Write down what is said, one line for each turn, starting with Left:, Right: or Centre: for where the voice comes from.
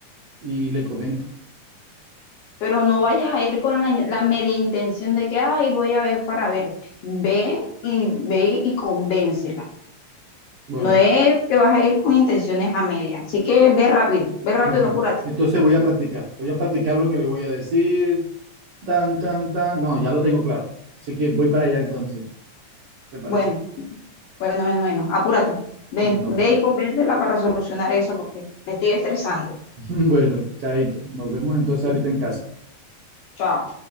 Right: y le comento.
Left: pero no vayas a ir con la, la media intención de que, ay, voy a ver para ver. Ve y ve y convéncela.
Right: Bueno,
Left: No es que vas a ir con intenciones a media. Así que ve rápido, ve rápido,
Right: bueno,
Left: apúrate.
Right: entonces voy a practicar. Voy a practicar lo que le voy a decir. Tan, tan, tan. No, ya lo tengo claro. Así que voy para allá entonces, ¿te parece?
Left: Bueno, bueno, bueno, bueno, apúrate. Ve,
Right: Bueno,
Left: ve
Right: pues.
Left: y convéncela para solucionar eso porque me estoy estresando.
Right: <laughs> Bueno, chaito. Nos vemos entonces
Left: Bien.
Right: ahorita en casa.
Left: Chao.